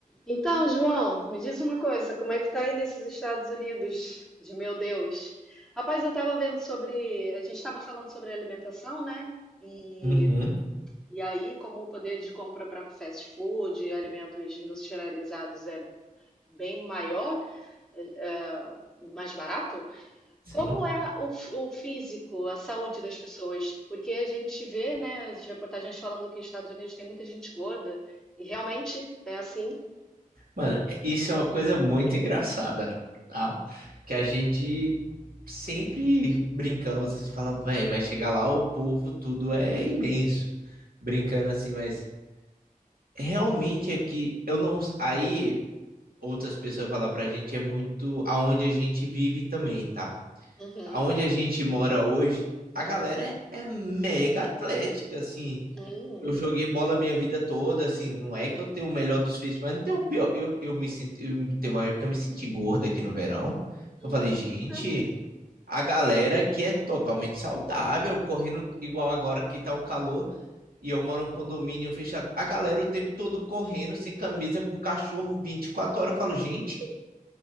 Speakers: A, in the centre; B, on the right.
A: Então, João, me diz uma coisa, como é que tá aí nesses Estados Unidos? De meu Deus. Rapaz, eu tava vendo sobre, a gente tava falando sobre alimentação, né? E,
B: Uhum,
A: e aí, como o poder de compra para fast food, alimentos industrializados é bem maior, eh, eh, mais barato,
B: sim.
A: como é o, f- o físico, a saúde das pessoas? Porque a gente vê, né, as reportagens falando que os Estados Unidos tem muita gente gorda, e realmente é assim.
B: Mano, é, isso é uma coisa muito engraçada, tá? Que a gente sempre brincamos, assim, fala, velho, vai chegar lá, o povo tudo é imenso. Brincando assim, mas realmente é que eu não. Aí outras pessoas falam pra gente, é muito aonde a gente vive também, tá?
A: Uhum.
B: Aonde a gente mora hoje, a galera é, é mega atlética, assim.
A: Hum.
B: Eu joguei bola minha vida toda, assim, não é que eu tenho o melhor dos físicos, mas não tenho o pior. Eu, eu me senti, eu, teve uma época que eu me senti gorda aqui no verão.
A: É
B: Eu falei,
A: interessante,
B: gente, a galera que é totalmente saudável, correndo igual agora que tá o calor, e eu moro em um condomínio fechado. A galera o tempo todo correndo, sem camisa, com cachorro 24 horas. Eu falo, gente,